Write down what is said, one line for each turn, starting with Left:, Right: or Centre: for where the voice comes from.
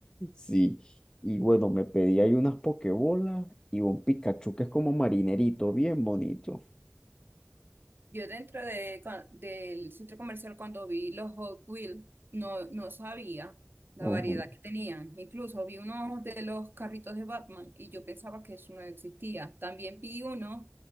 Left: Sí, y bueno, me pedí ahí unas pokebolas y un Pikachu que es como marinerito, bien bonito.
Right: Yo dentro de, con- del centro comercial cuando vi los Hot Wheels, no, no sabía la
Left: Ujú.
Right: variedad que tenían. Incluso vi unos de los carritos de Batman y yo pensaba que eso no existía. También vi unos